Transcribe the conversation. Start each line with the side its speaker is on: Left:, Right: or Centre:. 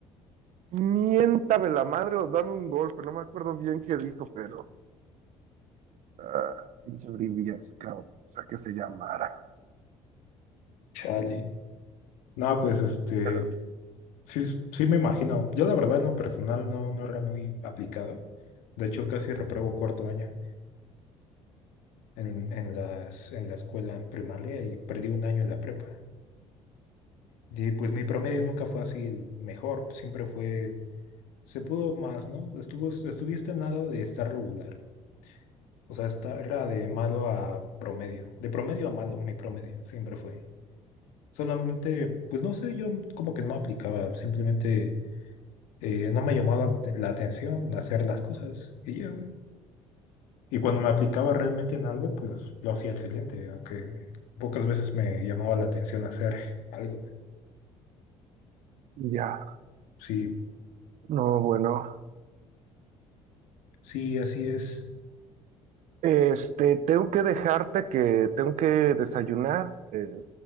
Right: miéntame la madre o dame un golpe. No me acuerdo bien qué dijo, pero... ah, Pinche brillas, cabrón. O sea, que se llamara.
Left: Chale. No, pues este,
Right: Pero
Left: sí, sí me imagino. Yo la verdad en lo personal no, no era muy aplicado. De hecho, casi repruebo cuarto año en, en las, en la escuela primaria y perdí un año en la prepa. Y pues mi promedio nunca fue así el mejor, siempre fue, se pudo más, ¿no? Estuvo, estuviste a nada de estar regular. O sea, esta- era de malo a promedio, de promedio a malo, mi promedio siempre fue. Solamente, pues no sé, yo como que no me aplicaba, simplemente eh, no me llamaba la te- la atención hacer las cosas y ya, güey. Y cuando me aplicaba realmente en algo, pues lo hacía excelente, aunque pocas veces me llamaba la atención hacer algo.
Right: ya.
Left: Sí,
Right: No, bueno.
Left: sí, así es.
Right: Este, tengo que dejarte que tengo que desayunar. eh,